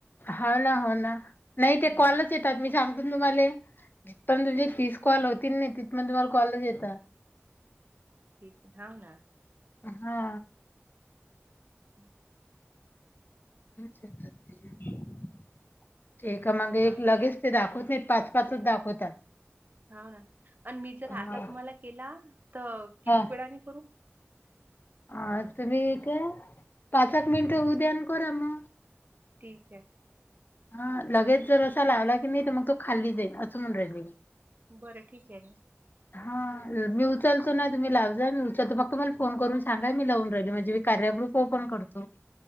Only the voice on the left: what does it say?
हो ना हो ना नाही ते
कॉलच ये मी सांगतो तुम्हाले जिथपर्यंत पण तुम तीस कॉल होतील नाही तिथ पण तुम्हाला कॉलच येतात.
हा.
ते एकामागे
एक लगेच ते दाखवत नाहीत, पाच पाचच दाखवतात.
हा
हा
अ तुम्ही काय पाच एक मिनटं होऊ द्या न करा मग
हा लगेच जर असा लावला की नाही तर मग तो खाल्ली जाईल असं म्हणू राहिल मी
हा मी उचलतो ना तुम्ही लाव जा मी उचलतो फक्त मला फोन करून सांगा मी लावून राहिल म्हणजे मी कार्य ग्रुप ओपन करतो. <inaudible>